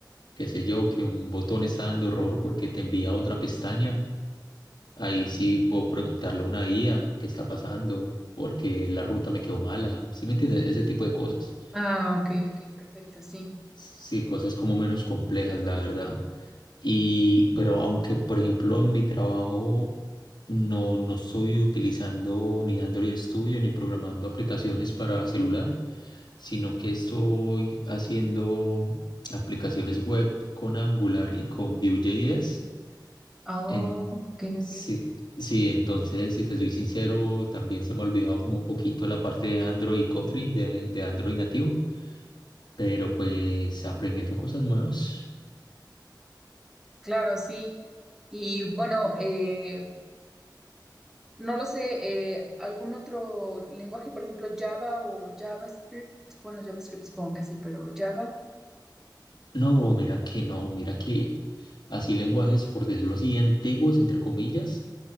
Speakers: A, on the left; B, in the centre.
A: qué sé yo, que un botón está dando error porque te envía a otra pestaña, ahí sí puedo preguntarle a una IA qué está pasando, porque la ruta me quedó mala, ¿sí me entiendes? Ese tipo de cosas.
B: Ah, ok, ok, perfecto, sí.
A: Sí, cosas como menos complejas, la verdad. Y, pero aunque, por ejemplo, en mi trabajo no, no estoy utilizando ni Android Studio ni programando aplicaciones para celular, sino que estoy haciendo aplicaciones web con Angular y con Vue.js.
B: Ah,
A: En,
B: ok,
A: sí,
B: ok.
A: sí, entonces, si te soy sincero, también se me ha olvidado como un poquito la parte de Android y Kotlin, de, de Android nativo, pero pues aprendiendo cosas nuevas.
B: Claro, sí. Y bueno, eh, No lo sé, eh, algún otro lenguaje, por ejemplo, Java o JavaScript. Bueno, JavaScript supongo que sí, pero Java.
A: No, mira que no, mira que así lenguajes, por decirlo así, antiguos, entre comillas,